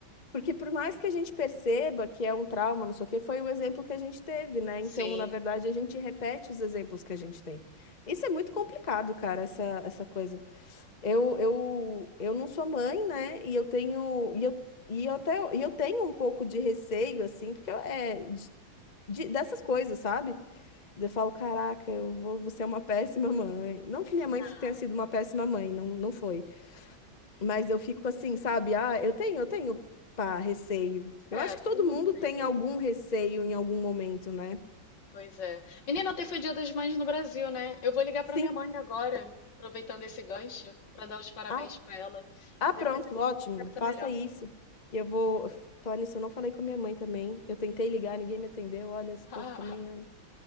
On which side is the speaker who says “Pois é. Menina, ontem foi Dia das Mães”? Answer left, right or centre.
Left